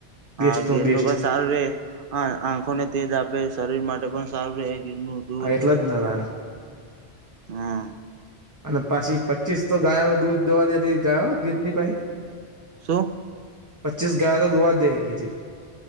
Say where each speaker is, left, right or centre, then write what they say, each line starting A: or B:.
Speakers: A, on the right (about 60°); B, on the right (about 20°).
A: હા
B: બેસ્ટ નું
A: ગીરનું
B: બેસ્ટ
A: પણ સારું રહેે હ આંખોને તેજ આપે શરીર માટે પણ સારું રહે ગીરનું. દૂધ
B: હ એટલા જ ને ના દાન.
A: હા
B: અને પાછી પચીસ તો ગાયો દૂધ દોવા દીતી ગાયો ગીત ની પાહિ.
A: શું?
B: પચીસ ગાયો તો દુઆ દે ગીર રી.